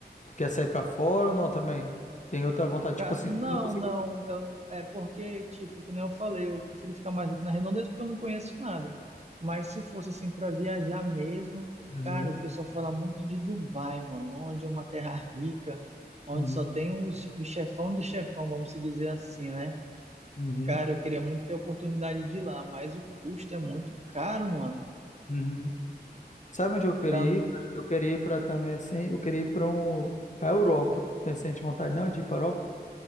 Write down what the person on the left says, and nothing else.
tu quer sair pra fora ou não também? Tem outra vontade,
tipo assim,
tu não conseguiu
Uhum,
uhum,
uhum,
uhum. Sabe onde eu queria
ir, cara? Eu queria ir para também assim, eu queria ir para um, para Europa. Tem sente vontade não de ir para Europa?